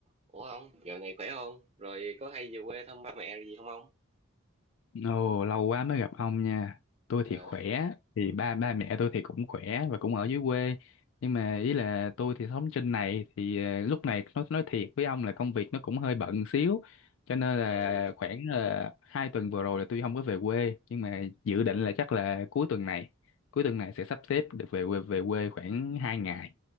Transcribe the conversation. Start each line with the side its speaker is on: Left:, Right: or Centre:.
Right: Ủa ông, dạo này khỏe không? Rồi có hay về quê thăm ba mẹ gì không ông?
Left: Ồ, lâu quá mới gặp ông nha. Tôi
Right: À,
Left: thì khỏe, thì ba ba mẹ tôi thì cũng khỏe và cũng ở dưới quê. Nhưng mà ý là tôi thì sống trên này thì ờ, lúc này nói nói thiệt với ông là công việc nó cũng hơi bận xíu. Cho nên là
Right: ừ,
Left: khoảng là hai tuần vừa rồi là tôi không có về quê, nhưng mà dự định là chắc là cuối tuần này, cuối tuần này sẽ sắp xếp được về quê về quê khoảng 2 ngày